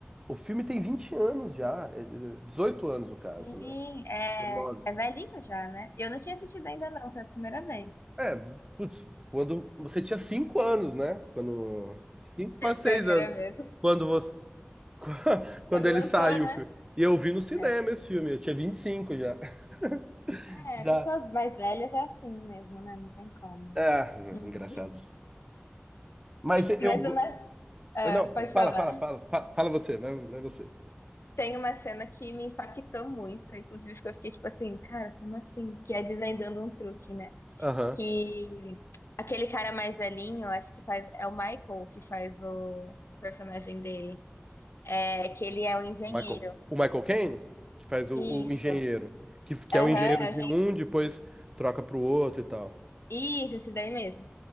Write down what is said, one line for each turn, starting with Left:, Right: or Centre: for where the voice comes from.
Right: O filme tem 20 anos já, é, é, 18 anos no caso,
Left: Sim,
Right: né?
Left: é,
Right: 19.
Left: é velhinho já, né? Eu não tinha assistido ainda, não, foi a primeira vez.
Right: É, putz, quando você tinha cinco anos, né? Quando cinco para seis
Left: Pior que
Right: anos,
Left: era mesmo.
Right: quando você <laughs> quando
Left: Quando
Right: ele
Left: lançou,
Right: saiu,
Left: né?
Right: filho. E eu vi no cinema
Left: É,
Right: esse filme, eu tinha 25 já. <laughs>
Left: é,
Right: Já.
Left: pessoas mais velhas é assim mesmo, né? Não tem como.
Right: Ah,
Left: Hum.
Right: engraçado. Mas eu
Left: Mas
Right: go-
Left: é uma, Ah,
Right: não,
Left: pode
Right: fala,
Left: falar.
Right: fala, fala, fa- fala você, vai, vai você.
Left: tem uma cena que me impactou muito, inclusive que eu fiquei tipo assim, cara, como assim? Que é desvendando um truque, né?
Right: Aham.
Left: que aquele cara mais velhinho, acho que faz, é o Michael que faz o, o personagem dele, é que ele é o engenheiro.
Right: O Michael, o Michael Caine, que faz o,
Left: Isso.
Right: o engenheiro, que, que
Left: Aham,
Right: é o engenheiro
Left: é
Right: de
Left: o engen-
Right: um, depois troca pro outro e tal.
Left: Isso, esse daí mesmo.